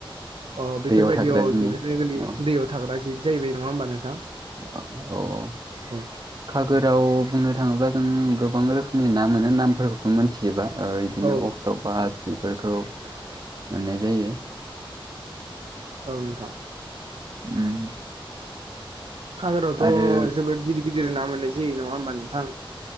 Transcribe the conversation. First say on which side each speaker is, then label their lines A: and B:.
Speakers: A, on the right; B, on the right.
A: अ बेफोरबायदियाव
B: दैयाव थाग्रा जिनिस
A: बेफोरनो गोरलै
B: औ
A: दैयाव थाग्रा जिब जाहैबाय नङा होमबा नोंथां
B: औ
A: औ
B: खागोराव बुंनो थाङोब्ला जों गोबां रोखोमनि ना मोनो नामफोरखौ मिथिजोबा बिदिनो
A: औ
B: अक्ट' पास बेफोरखौ मोननाय जायो
A: औ नोंथां
B: उम
A: खागोरावथ'
B: आरो
A: जोबोद गिदिर गिदिर ना मोननाय जायो नङा होमबा नोंथां